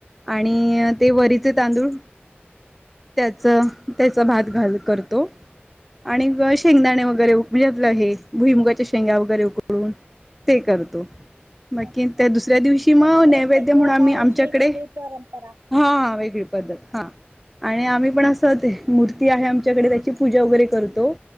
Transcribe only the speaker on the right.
हम्म
अच्छा
अच्छा
हा
हा. म्हणजे
प्रत्येक
ग-
गावाची
वेगवेगळी परंपरा